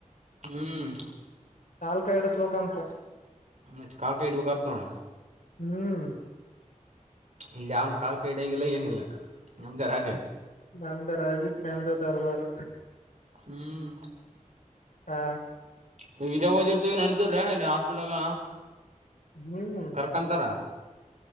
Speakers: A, on the right; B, on the left.
A: ಹ್ಮ್
B: ನಾಲ್ಕ ಎರಡಸ್ಲಕ ಅಂತ
A: ಮತ್ತೆ ಕಾಲ್ ಕಾಯ ಇಡ್ಬೇಕ ಆತ್ ನೋಣ
B: ಹ್ಮ್
A: ಇಲ್ಲಿ ಯಾವನ್ ಕಾಲ್ ಕ ಇಡಂಗಿಲ್ಲ ಏನಿಲ್ಲ ನಮ್ದೇ ರಾಜೆ
B: ನ್ಯಮದ ರಾಜುಕ್ ನ್ಯಮದ ದರ್ಬಾರ್
A: ಹ್ಮ್.
B: ಹಾ.
A: ನಿ ಇದೆ ಓದಿರ್ತಿ ನಡಿತೈತ್ಲೆ ಇಲ್ಲಿ ಹಸ್ಪಿಟಲ್ ದಗ.
B: ಹ್ಮ್
A: ಕರ್ಕಂತಾರ.